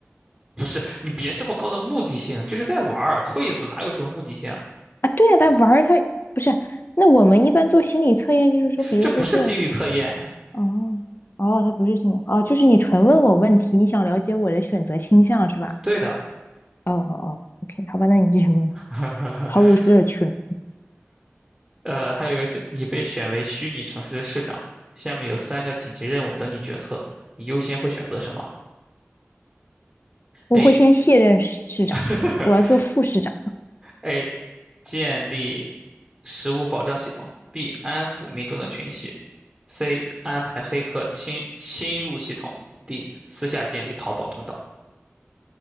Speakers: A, in the centre; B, on the left (about 50°).
A: 不是，你别这么高的目的性，就是在玩儿，quiz 哪有什么目的性啊？
B: 啊，对呀、啊但玩儿他不是。那我们一般做心理测验，就是说，比如说做了，
A: 这不是心理测验。
B: 哦哦，他不是心理，哦，就是你纯问我问题，你想了解我的选择倾向是吧？
A: 对的，
B: 哦哦哦，OK，好吧，那你继续问，
A: <laughs>
B: 毫无乐趣了。
A: 呃，还有一个是你被选为虚拟城市的市长，下面有三个紧急任务等你决策，你优先会选择什么
B: 我会先卸任市长，
A: ？A <laughs>
B: 我要做副市长。
A: A，建立食物保障系统；B，安抚民众的情绪 C 安排黑客侵侵入系统；D 私下建立逃跑通道。